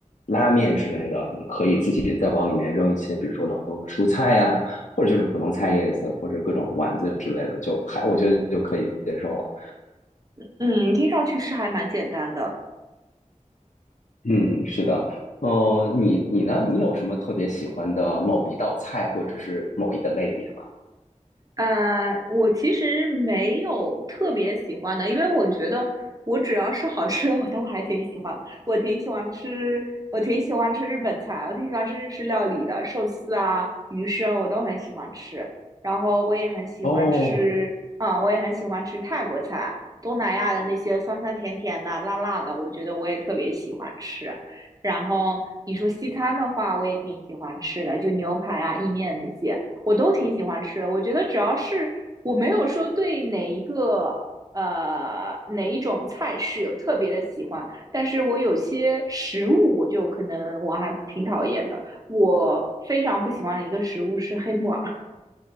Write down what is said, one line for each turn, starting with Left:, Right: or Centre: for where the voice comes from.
Left: 拉面之类的，你可以自己再往里面扔一些，比如说冷冻的蔬菜呀、或者就是普通菜叶子或者各种丸子之类的，就还我觉得就可以接受了。
Right: 嗯，听上去是还蛮简单的。
Left: 嗯，是的。哦，你你呢？你有什么特别喜欢的某一道菜或者是某一个类别吗？
Right: 呃，我其实没有特别喜欢的，因为我觉得我只要是好吃的，我都还挺喜欢的。我挺喜欢吃，我挺喜欢吃日本菜，我挺喜欢吃日式料理的，寿司啊、鱼生我都很喜欢吃。然后我也很喜欢吃，
Left: 哦
Right: 啊、我也很喜欢吃泰国菜，东南亚的那些酸酸甜甜的、辣辣的，我觉得我也特别喜欢吃。然后你说西餐的话，我也挺喜欢吃的，就牛排啊、意面那些。我都挺喜欢吃的。我觉得只要是我没有说对哪一个呃哪一种菜式有特别的喜欢，但是我有些食物我就可能我还挺讨厌的。我非常不喜欢的一个食物是黑木耳。